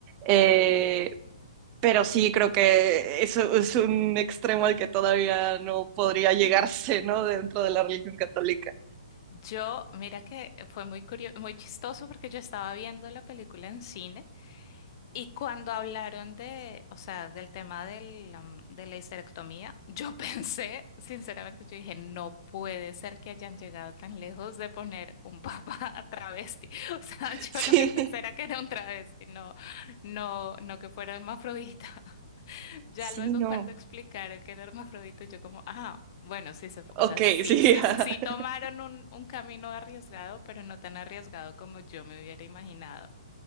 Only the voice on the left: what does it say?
Yo, mira que fue muy curioso, muy chistoso porque yo estaba viendo la película en cine y cuando hablaron de, o sea, del tema del, am, de la histerectomía, yo <laughs> pensé, sinceramente, yo dije, no puede ser que hayan llegado tan lejos de poner un papá <laughs> travesti. O sea,
<laughs> yo
lo que pensé era que era un travesti, no, no, no que fuera hermafrodita. Ya
luego
cuando explicaron que era hermafrodita, yo como, ah, bueno, sí, se, fu-
o sea, sí,
sí,
sí tomaron un, un camino arriesgado, pero no tan arriesgado como yo me hubiera imaginado.